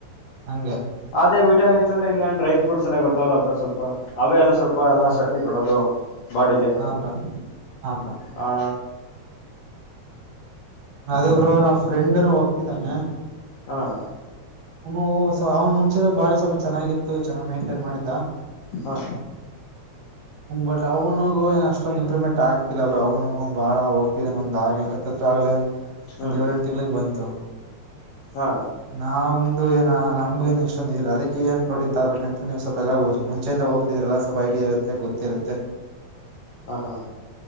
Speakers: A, on the right; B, on the left.
A: ಹಂಗೆ
B: ಅದೇ ವಿಠಮಿನ್ಸ್ ಅಂದ್ರೆ ಇನ್ನೇನ್ ಡ್ರೈ ಫ್ರೂಟ್ಸ್ ಎಲ್ಲ ಬರ್ತಾವಲ್ಲ ಬ್ರೋ ಸ್ವಲ್ಪ ಅವೆಲ್ಲ ಸ್ವಲ್ಪ ಎಲ್ಲ
A: ಹಾ
B: ಶಕ್ತಿ ಕೊಡೋದು ಬಾಡಿಗೆ
A: ಹಾ ಬ್ರೋ ಹಾ ಬ್ರೋ
B: ಹ
A: ಅದು ಬ್ರೋ ನಾವ್ ಫ್ರೆಂಡ್ನು ಹೋಗ್ತಿದ್ದಾನೆ.
B: ಹಾಂ
A: ಅವನು ಅವ್ನು ಮುಂಚೆ ಬಾಳ ಸ್ವಲ್ಪ ಚೆನ್ನಾಗಿತ್ತು ಚೆನ್ನಾಗಿ ಮೇಂಟೈನ್ ಮಾಡಿದ್ದ
B: ಹಾ
A: ಹ್ಮ ಬಟ್ ಅವ್ನಗು ಏನ್ ಅಷ್ಟೊಂದ ಇಂಪ್ರೂವ್ಮೆಂಟ್ ಆಗ್ತಿಲ್ಲ ಬ್ರೋ ಅವ್ನು ಬಾಳ ಹೋಗ್ತಿದಾನ ಒಂದ್ಗ್ಲಹತ್ತತ್ರ ಆಗ್ಲೆ
B: ಹ್ಮ್
A: ಒಂದ್ ಏಳ ಎಂಟು ತಿಂಗಳಿಗೆ ಬಂತು
B: ಹಾ
A: ನಾವು ಇ ಏ ನಮಗ ನ್ ಇಷ್ಟೊಂದ ಇಲ್ಲ ಅದಕ್ಕೆ ಏನ್ ಪ್ರೋಟೀನ್ ತಗಬೇಕಂತ ನೀವು ಸ್ವಲ್ಪ ಎಲ್ಲ ಮುಂಚೆಯಿಂದ ಹೋಗ್ತಿರಲ್ಲ ಸ್ವಲ್ಪ ಐಡಿಯಾ ಇರುತ್ತೆ ಮತ್ತೆ ಗೊತ್ತಿರುತ್ತೆ
B: ಹಾ ಹಾ